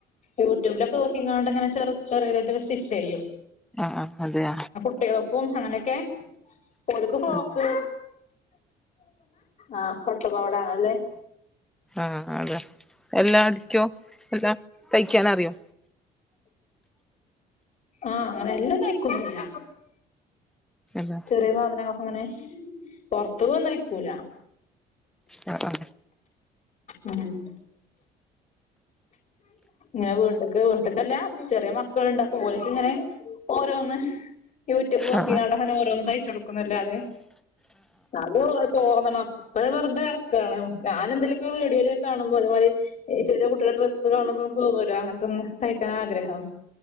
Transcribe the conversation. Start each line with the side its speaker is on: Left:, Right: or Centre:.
Left: യൂട്യൂബിലൊക്കെ നോക്കീങ്കാണ്ട് ങ്ങെനെ ചെറു ചെറേതായിട്ടൊക്കെ സ്റ്റിച്ച് ചെയ്യും
Centre: ആഹ് ആഹ് അതെയ
Left: ട്ടികൾക്കും അങ്ങനെയൊക്കെ ഓൽക്ക് ഫ്രോക്ക്
Centre: അതെ
Left: ആഹ് പട്ട് പാവാട അങ്ങനെല്ലെ
Centre: ആഹ് അതെ എല്ലാം അടിക്കോ എല്ലാം തയ്ക്കാൻ അറിയോ
Left: ആഹ് അങ്ങനെ എല്ലാം തയ്ക്കൊന്നൂല്ല
Centre: അല്ല
Left: ന്റെ ന്ന് പറഞ്ഞാ നമുക്കിങ്ങനെ പുറത്ത്ക്കൊന്നും തയ്ക്കൂല.
Centre: അ ആഹ്
Left: ഉം ഞാ വീട്ടിക്ക് പോട്ടെ അല്ല ചെറിയ മക്കളുണ്ട് അപ്പൊ ഓല്ക്ക് ഇങ്ങനെ ഓരോന്ന് യൂട്യൂബ് നോക്കിങ്കാണ്ട്
Centre: ആ ആ
Left: അങ്ങനെ ഓരോന്ന് തയ്ച്ചൊടുക്കുന്നല്ലാതെ അത് തോന്നണം പ്പോ ഞാൻ വെറുതെ കടക്കാണ് ഞാൻ എന്തെലൊക്കെ വീഡിയോയിൽക്കെ കാണുമ്പോ അതേമാരി ചെറിയ കുട്ട് ഡ്രസ്സ് കാണുമ്പൊ നമക്ക്കോല്ലോ ആഹ് അങ്ങനത്തെ ഒന്ന് തയ്ക്കാൻ ആഗ്രഹം